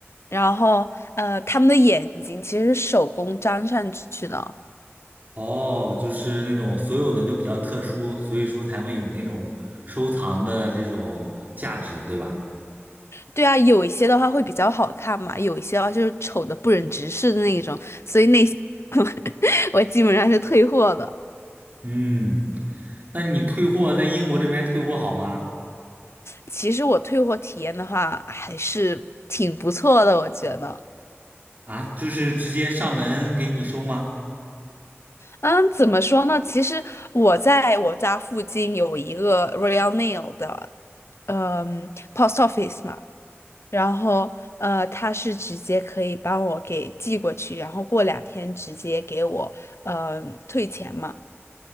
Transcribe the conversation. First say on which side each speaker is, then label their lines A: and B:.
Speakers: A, on the left; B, on the right.
A: 然后呃，他们的眼睛其实是手工粘上去的。
B: 哦，就是那种所有的都比较特殊，所以说才会有那种收藏的这种价值，对吧？
A: 对啊，有一些的话会比较好看嘛，有一些的话就是丑的不忍直视的那一种，所以那些 <laughs> 我基本上是退货的。
B: 嗯，那你退货在英国这边退货好吗？
A: 其实我退货体验的话还是挺不错的，我觉得。
B: 啊，就是直接上门给你收吗？
A: 嗯，怎么说呢？其实我在我家附近有一个 Royal Nail 的，嗯，post office 嘛。然后呃，他是直接可以帮我给寄过去，然后过两天直接给我呃退钱嘛。